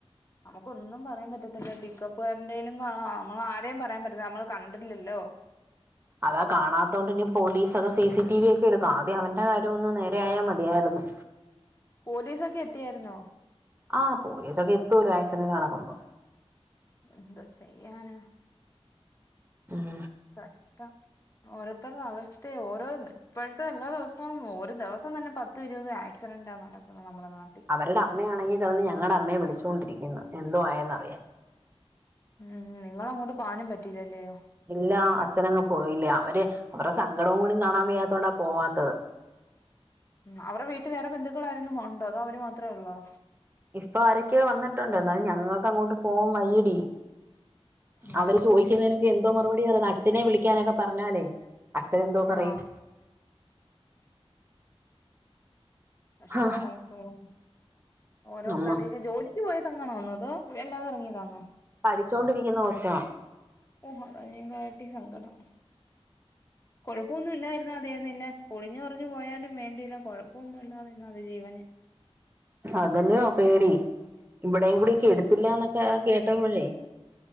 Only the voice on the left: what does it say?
നമുക്ക് ഒന്നും പറയാൻ പറ്റത്തില്ല പിക്കപ്പ് ഉപ്പോരലും കാണോ നമ്മ ആരേും പറയാൻ പറ്റില്ല നമ്മൾ കണ്ടില്ലല്ലോ
പോലീസൊക്കെ എത്തിയായിരുന്നോ
എന്തോ ചെയ്യാനാ
കഷ്ടം ഓരോരുത്തരുടെ അവസ്ഥയ ഓരോ ഇപ്പോഴത്തെ എല്ലാ ദിവസവും ഒരു ദിവസം തന്നെ പത്തും ഇരുപത് ആക്സിഡന്റ് നടക്കുന്നത് നമ്മുടെ- നാട്ടിൽ
ഉം നിങ്ങള അങ്ങോട്ട് പോനും പറ്റീലല്ലേയോ
ഉം അവരുടെ വീട്ടിൽ വേറെ ബന്ധുക്കൾ ആരെങ്കിലും ഉണ്ടോ അതോ അവര് മാത്രമേ ഉള്ളോ
ഉം
ആഹ് കഷ്ടമായിപ്പോയി
ഓരോ
പ്രദേശ ജോലിക്കയ <unintelligible> ങ്ങണോന്നോ അത് വല്ലാത ഇറങ്ങിയതാണോ
ഓഹ അതിനേക്കാട്ടി സങ്കടം കൊഴപ്പൊന്നുംല്ലായിരുന്ന മതിയായിരുന്നല്ലേ കുളിഞ്ഞു കുറഞ്ഞു പോയാലും വേണ്ടയില്ല കൊഴപ്പൊന്നുമ ഇല്ലാത അതി ജീവന്